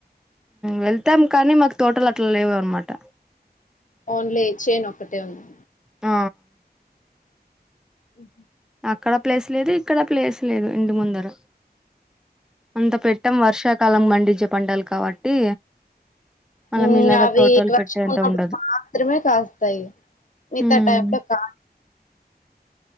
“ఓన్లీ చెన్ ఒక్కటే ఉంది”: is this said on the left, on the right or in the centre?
Left